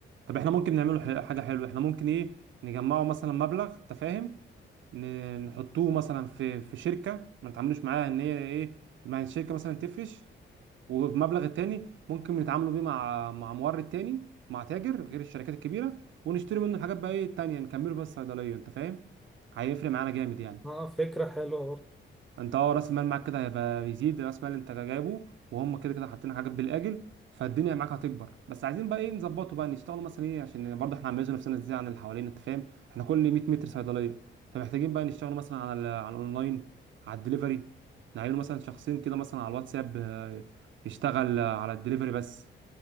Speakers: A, on the right (about 75°); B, in the centre.
A: طب احنا ممكن نعمله ح- حاجه حلوه احنا ممكن ايه نجمعه مثلا مبلغ انت فاهم ن- نحطوه مثلا في في شركه ما نتعاملوش معاها ان هي ايه مع الشركه مثلا تفرش وبمبلغ التاني ممكن نتعاملوا بيه مع مع مورد تاني مع تاجر غير الشركات الكبيره ونشتري منه الحاجات بقى ايه التانيه نكمله بس صيدليه انت فاهم هيفرق معانا جامد يعني
B: اه فكرة حلوة برضه
A: انت اه راس المال معاك كده هيبقى بيزيد راس المال انت جايبه وهم كده كده حاطين حاجات بالاجل فالدنيا معاك هتكبر بس عايزين بقى ايه نظبطه بقى نشتغل مثلا ايه عشان برضه احنا عاملين نفسنا ازاي عن اللي حوالينا انت فاهم احنا كل 100 متر صيدليه فمحتاجين بقى نشتغل مثلا على ال- على الاونلاين على الدليفري نعين مثلا شخصين كده مثلا على الواتساب آه، يشتغل آه، على الدليفري بس